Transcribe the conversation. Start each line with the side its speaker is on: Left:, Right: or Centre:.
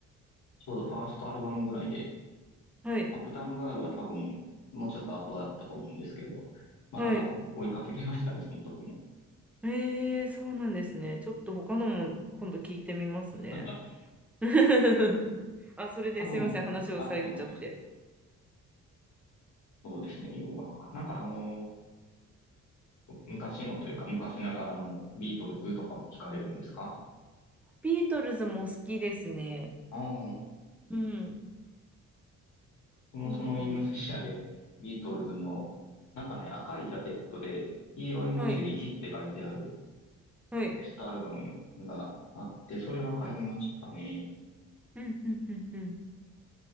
Left: ちょうどファーストアルバムぐらいで、
Centre: はい。
Left: アップタウンガールは多分、もうちょっと後だったと思うんですけど、まだ追いかけてましたね、
Centre: はい。
Left: その時も。
Centre: ええそうなんですね。ちょっと他のも今度聞いてみますね。
Left: あ、
Centre: <laughs> あ、それですいません、
Left: 多分、
Centre: 話を遮っちゃって。
Left: あ、すいません。そうですね、洋楽か。なんかあの、昔のというか、昔ながらのビートルズとかも聞かれるんですか
Centre: ビートルズも好きですね。
Left: ああー、
Centre: うん。
Left: 僕もそのインドネシアでビートルズの、
Centre: ビートルズ。
Left: なんかね、赤いジャケットで、黄色い文字で生きって書いてある
Centre: はい、はい。
Left: ベストアルバムがあって、それは買いましたね。
Centre: うん、うん、うん、うん。